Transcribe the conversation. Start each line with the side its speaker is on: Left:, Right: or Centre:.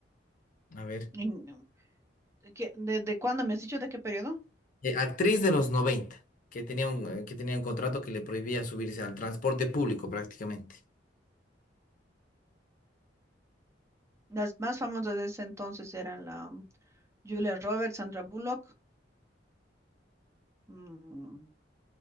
Left: A ver.
Right: Y no. ¿Qué- ¿De, de cuándo me has dicho? ¿De qué periodo?
Left: Eh, actriz de los 90 que tenía un, eh, que tenía un contrato que le prohibía subirse al transporte público prácticamente.
Right: Las más famosas de ese entonces eran la mm, Julia Roberts, Sandra Bullock. mm,